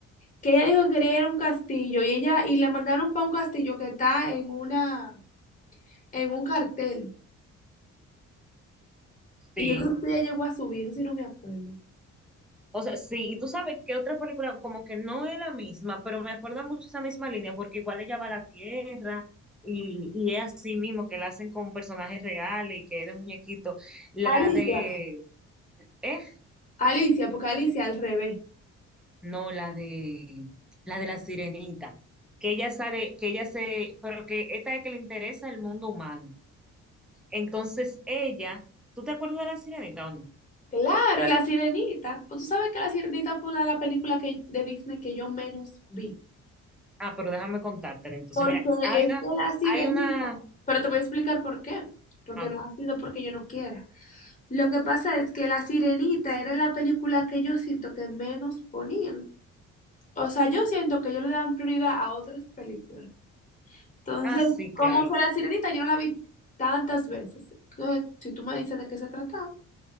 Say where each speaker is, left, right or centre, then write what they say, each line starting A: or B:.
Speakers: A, on the left; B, in the centre.
A: que ella dijo que quería ir a un castillo y ella y la mandaron para un castillo que está en una en un cartel.
B: Sí.
A: Y yo creo que ella llegó a subir, eso sí no me acuerdo.
B: O sea, sí, y tú sabes que otra película como que no es la misma, pero me acuerda mucho esa misma línea porque igual ella va a la tierra y, y es así mismo que la hacen con personajes reales y que es de muñequito. La
A: Alicia.
B: de... ¿Eh?
A: Alicia, porque Alicia al revés.
B: No, la de la de la sirenita, que ella sale, que ella se, pero que esta es que le interesa el mundo humano. Entonces ella, ¿tú te acuerdas de la sirenita o no?
A: Claro, la sirenita. O Tú sabes que la sirenita fue una de las películas que, de Disney que yo menos vi.
B: Ah, pero déjame contártela. Entonces,
A: Porque
B: mira, hay
A: es
B: una,
A: que la sirenita,
B: hay una,
A: pero te voy a explicar por qué. Porque
B: ah, ok.
A: no ha sido porque yo no quiera. Lo que pasa es que la sirenita era la película que yo siento que menos ponían. O sea, yo siento que ellos le dan prioridad a otras películas. Entonces,
B: Ah, sí,
A: como
B: claro.
A: que la sirenita yo no la vi tantas veces. Entonces, si tú me dices de qué se trataba.